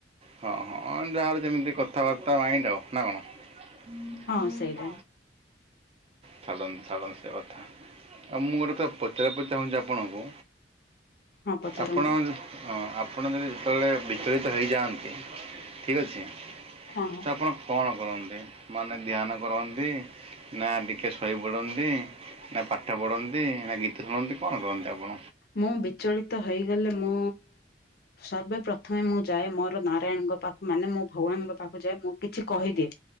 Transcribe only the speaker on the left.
ହଁ ସେଇଟା
ହଁ ପଚାରନ୍ତୁ
ହଁ ହଁ
ମୁଁ ବିଚଳିତ ହେଇଗଲେ ମୁଁ ସର୍ବେ ପ୍ରଥମେ ମୁଁ ଯାଏ ମୋର ନାରାୟଣଙ୍କ ପାଖକୁ ମାନେ ମୋ ଭଗବାନଙ୍କ ପାଖକୁ ଯାଏ ମୁଁ କିଛି କହିଦିଏ।